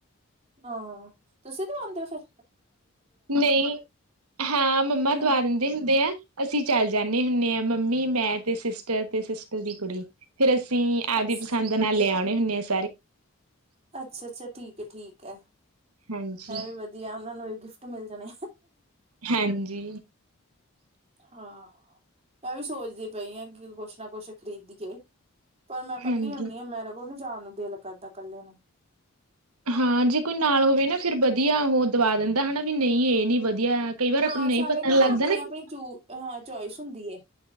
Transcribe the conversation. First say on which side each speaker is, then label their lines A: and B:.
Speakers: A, on the right; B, on the right.
A: ਹਾਂ, ਤੁਸੀ ਦਵਾਂਦੇਂ ਹੋ ਫੇਰ?
B: ਨਈ, ਹਾਂ, ਮੰਮਾ
A: ਹਮ
B: ਦਵਾ ਦਿੰਦੇ ਹੁੰਦੇ ਐ। ਅਸੀ ਚੱਲ ਜਾਨੇ ਅਸੀਂ ਹੁਨੇ ਐ। ਮੰਮੀ, ਮੈਂ, ਤੇ ਸਿਸਟਰ, ਤੇ ਸਿਸਟਰ ਦੀ ਕੁੜੀ। ਫਿਰ ਅਸੀਂ ਆਦਿ
A: ਅੱਛਾ
B: ਪਸੰਦ ਨਾਲ ਲਿਆ ਦੇ ਵੇ ਹੁਣੇ ਅਸ
A: ਅੱਛਾ ਅੱਛਾ ਠੀਕ ਠੀਕ ਹੈ
B: ਹਾਂਜੀ,
A: ਇਹ ਵੀ ਵਧੀਆ ਉਹਨਾਂ ਨੂੰ ਵੀ ਗਿਫਟ ਮਿਲ ਜਾਣੇ।
B: ਹਾਂਜੀ
A: ਹਾਂ ਮੈਂ ਵੀ ਸੋਚਦੀ ਪਈ ਹਾਂ, ਕਿ ਕੁਛ ਨਾ ਕੁਛ ਖ਼ਰੀਦੀਏ। ਪਰ ਮੈਂ ਕੱਲੀ
B: ਹਾਂਜੀ
A: ਹੁੰਦੀ ਹਾਂ ਮੈਂਰੇ ਕੋਲ ਨੀ ਜਾ ਦਿਲ ਕਰਦਾ ਕੱਲੇ ਨੂੰ
B: ਹਾਂ ਜੇ ਕੋਈ ਨਾਲ ਹੋਵੇ ਨਾ ਫਿਰ ਬਦ ਵਧੀਆ ਉਹ ਦਵਾ ਦਿੰਦਾ ਹੈਨਾ ਵੀ ਨਹੀਂ ਇਹ ਨੀ ਵਧੀਆ ਕਈ ਵਾਰ ਆਪਾਂ
A: ਹਾਂ
B: ਨੂੰ ਨਹੀਂ
A: ਸਾਰਿਆਂ
B: ਪਤਾ
A: ਦੇ ਨਾ
B: ਲੱਗਦਾ
A: ਆਪਣੀ ਆਪਣੀ
B: ਕਿ
A: ਚੂ ਹਾਂ ਚੋਇਸ ਹੁੰਦੀ ਹੈ,